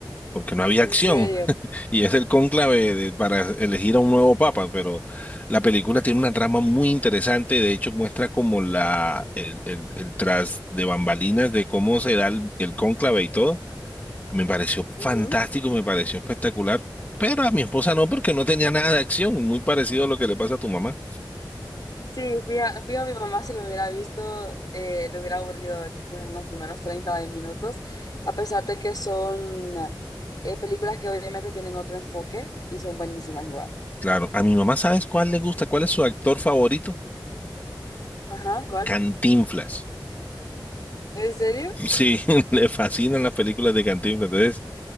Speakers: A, on the left; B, on the left.
A: porque no había
B: En
A: acción.
B: serio.
A: <laughs> Y es el cónclave de- para elegir a un nuevo papa, pero la película tiene una trama muy interesante. De hecho, muestra como la, el, el, el tras de bambalinas de cómo se da el, el cónclave y todo. Me pareció
B: Ujú.
A: fantástico, me pareció espectacular. Pero a mi esposa no, porque no tenía nada de acción, muy parecido a lo que le pasa a tu mamá.
B: Sí, fija, fijo, mi mamá si lo hubiera visto, eh, le hubiera aburrido quizás en los primeros 30 de minutos, a pesar de que son eh, películas que obviamente tienen otro enfoque y son buenísimas igual.
A: Claro, a mi mamá, ¿sabes cuál le gusta? ¿Cuál es su actor favorito?
B: Ajá, ¿cuál?
A: Cantinflas.
B: ¿En serio?
A: Sí, <laughs> le fascinan las películas de Cantinflas. Entonces,